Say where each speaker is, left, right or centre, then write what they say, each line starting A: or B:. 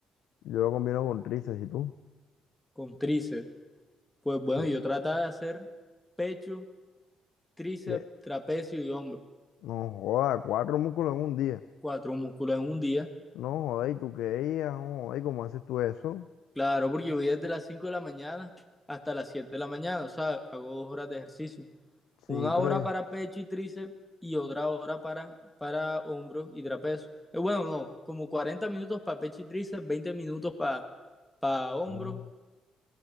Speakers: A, on the left (about 80°); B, in the centre.
A: Yo lo combino con tríceps, ¿y tú?
B: Con tríceps. Pues bueno,
A: Sí.
B: yo trataba de hacer pecho, tríceps,
A: Y e-
B: trapecio y hombro.
A: No joda, cuatro músculos en un día.
B: Cuatro músculos en un día.
A: No joda, ¿y tú qué? Ah, no joda, ¿y cómo haces tú eso?
B: Claro, porque yo voy desde las 5 de la mañana hasta las 7 de la mañana. O sea, hago dos horas de ejercicio.
A: Sí,
B: Una
A: pero...
B: hora
A: eh,
B: para pecho y tríceps y otra hora para, para hombros y trapecio. Eh, bueno, no, como 40 minutos para pecho y tríceps, 20 minutos para, para hombros.
A: mm.